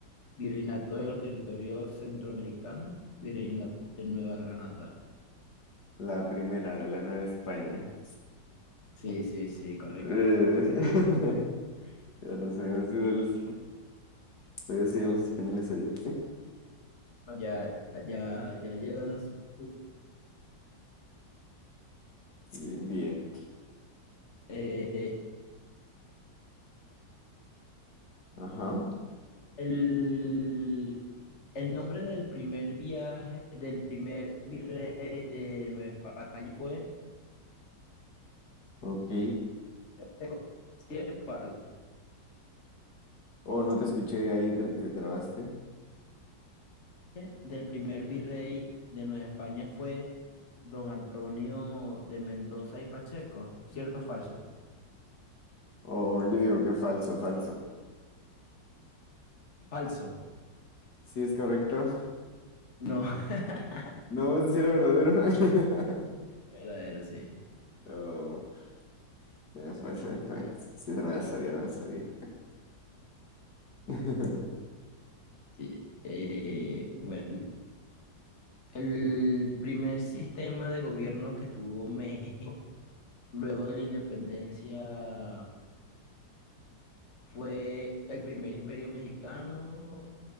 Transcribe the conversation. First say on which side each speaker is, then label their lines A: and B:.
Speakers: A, on the left (about 40°); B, on the left (about 60°).
A: Virreinato de los Territorios Centroamericanos, Virreinato de Nueva Granada.
B: La primera de la Nueva España.
A: Sí, sí, sí, correcto.
B: Eh, <laughs> ya no sabían sido de los... Todavía siguen los españoles ahí.
A: Bueno, Ya, ya, ya llevas tu-
B: <laughs> Bien, bien.
A: eh,
B: Ajá.
A: el, el nombre del primer viaje, del primer virrey de Nueva España fue
B: Ok.
A: Seco. ¿Cierto o falso?
B: O no te escuché ahí, te, te trabaste.
A: Eh, Del primer virrey de Nueva España fue don Antonio de Mendoza y Pacheco. ¿Cierto o falso?
B: O yo digo que falso, falso.
A: Falso.
B: Sí, es correcto.
A: No. <laughs>
B: No, si era verdadero. <laughs>
A: Verdadero, sí.
B: Oh, se fue, se fue. Sí, no me la sabía, no me la sabía. <laughs>
A: Sí. Eh, bueno, el primer sistema de gobierno que tuvo México luego de la independencia Fue el primer imperio mexicano,